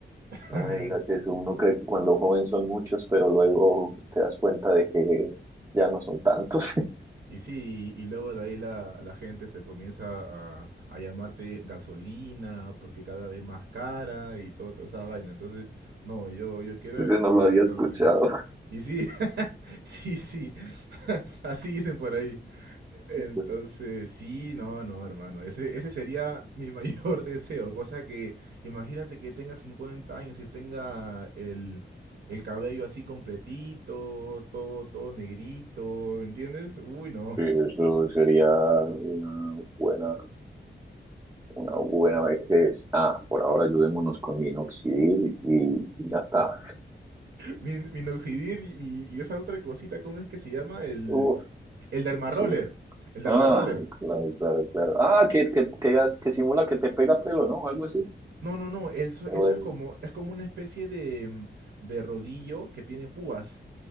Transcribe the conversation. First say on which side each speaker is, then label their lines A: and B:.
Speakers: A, on the right; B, on the right.
A: <laughs>
B: No me digas eso. Uno cree que cuando joven son muchos, pero luego te das cuenta de que ya no son tantos. <laughs>
A: Y sí, y, y luego de ahí la, la gente se comienza a, a llamarte gasolina porque cada vez más cara y todo, toda esa vaina. Entonces, no, yo, yo quiero
B: Eso no
A: evitar
B: lo había escuchado.
A: problemas. Y sí, <laughs> sí, sí, <laughs> así dicen por ahí. Entonces,
B: Pues,
A: sí, no, no, hermano, ese, ese sería mi mayor <laughs> deseo. Cosa que, imagínate que tenga 50 años y tenga el, el cabello así completito, todo, todo negrito, ¿entiendes? Uy, no.
B: sí, eso sería una buena, una buena vejez. Ah, por ahora ayudémonos con minoxidil y ya está.
A: Min- minoxidil y, y esa otra cosita, ¿cómo es que se llama? El,
B: Uf,
A: el derma
B: eso-
A: roller. El derma
B: Ah,
A: roller.
B: claro, claro, claro. Ah, que, que, que, gas- que simula que te pega pelo, ¿no? Algo así.
A: No, no, no. Eso,
B: Pero
A: eso
B: bueno,
A: es como, es como una especie de, mm, de rodillo que tiene púas.